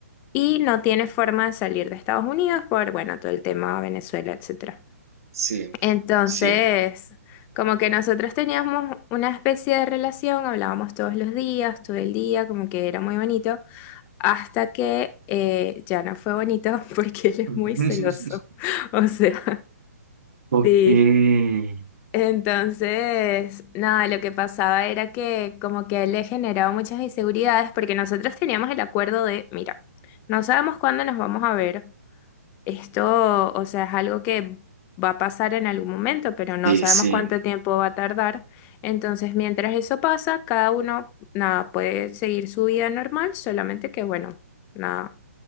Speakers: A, on the left; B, on the right.
A: y no tiene forma de salir de Estados Unidos por, bueno, todo el tema Venezuela, etcétera.
B: Sí.
A: Entonces,
B: Sí.
A: como que nosotros teníamos una especie de relación, hablábamos todos los días, todo el día, como que era muy bonito, hasta que eh, ya no fue bonito <laughs> porque él es
B: <laughs>
A: muy celoso. <laughs> O sea,
B: Ok.
A: sí.
B: Sí,
A: Entonces, nada, lo que pasaba era que como que a él le generaba muchas inseguridades porque nosotros teníamos el acuerdo de, mira, no sabemos cuándo nos vamos a ver. Esto, o sea, es algo que va a pasar en algún momento, pero no sabemos
B: sí.
A: cuánto tiempo va a tardar. Entonces, mientras eso pasa, cada uno, nada, puede seguir su vida normal, solamente que, bueno, nada,